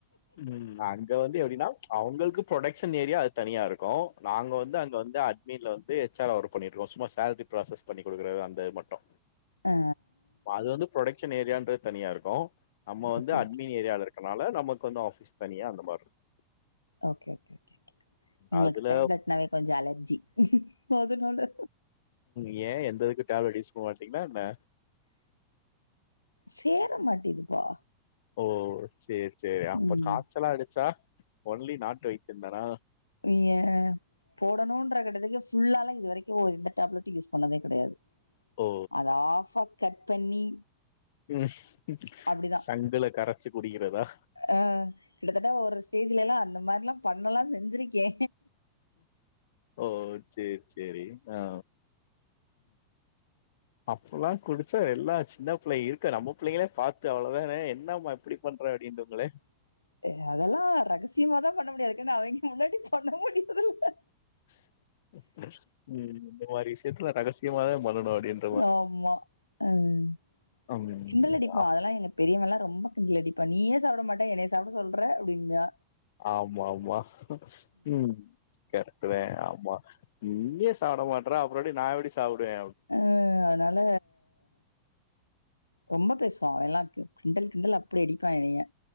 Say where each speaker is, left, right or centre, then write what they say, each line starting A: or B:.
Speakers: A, on the left (about 55°); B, on the left (about 80°).
A: ம் அங்க வந்து எப்டினா அவங்களுக்கு ப்ரொடக்ஷன் ஏரியா அது தனியா இருக்கு நாங்க வந்து அங்க வந்து அட் வீட்ல வந்து ஹெச் ஆரா ஒர்க் பண்ணிட்ருக்கோ சும்மா சேலரி ப்ராசஸ் பண்ணி கொடுக்குறது அந்த மட்டு
B: ஆ
A: அது வந்து ப்ரொடக்ஷன் ஏரியான்ற தனியா இருக்கு நம்ம வந்து
B: ஓகே
A: அட்மீன்
B: ஓகே
A: ஏரியால இருக்க கனால நமக்கு வந்து ஆஃபிஸ் தனியா அந்த மாரி இருக்கு
B: ஓகே ஓகே ஓகே ஓகே எங்களுக்கு
A: அதுல
B: டேப்லெட்னாவே கொஞ்ச அலர்ஜி அதனால
A: ஏ எந்த இதுக்கு டேப்லெட் யூஸ் பண்ண மாட்டீங்களா என்ன
B: சேர மாடிக்குதுபா
A: ஓ சேரி சேரி அப்ப
B: ம்
A: காய்ச்சலா அடிச்சா ஒன்லி நாட்டு வைத்தியந்தானா
B: ஏ போடணும்ன்ற கிட்டத்துக்கு ஃபுல்லாலா இது வரைக்கு எந்த டேப்லெட்டு யூஸ் பண்ணதே கெடையாது
A: ஓ
B: அத ஆஃபா கட் பண்ணி
A: உம்
B: அப்டிதா
A: சங்குல கரைச்சு குடிக்கிறதா.
B: ஆ கிட்டத்தட்ட ஒரு ஸ்டேஜ்லா அந்த மாதிரில்லாம் பண்ணலா செஞ்சிருக்கே
A: ஓ சேரி சேரி ஆ அப்பல்லா குடிச்சா எல்லா சின்ன பிள்ளை இருக்க நம்ம பிள்ளைங்களே பாத்தா அவ்வளவுதான என்னம்மா இப்படி பன்ற அப்படின்னுகலே
B: <unintelligible> அதெல்லா ரகசியமாதா பண்ண முடியாதுக்குன்னா அவங்க முன்னாடி பண்ண முடியாதுல்ல
A: உம் வீட்டுல ரகசியமாதா பண்ணணு அப்படின்னு
B: ஆமா உம்
A: ம்
B: கிண்டல் அடிப்பா
A: அப்-
B: அதெல்லா எங்க பெரியவெல்லா ரொம்ப கிண்டலடிப்பா நீயே சாப்பிட மாட்டே என்னைய சாப்பிட சொல்ற அப்படின்கா
A: ஆமா ஆமா உம். கரெக்ட் தா ஆமா நீயே சாப்பிட மாட்டற அப்புறம் எப்படி நா எப்படி சாப்பிடுவே
B: அ அதனால ரொம்ப பேசுவா அவன் எல்லாம் கிண்டல் கிண்டல் அப்படி அடிப்பான் என்னைய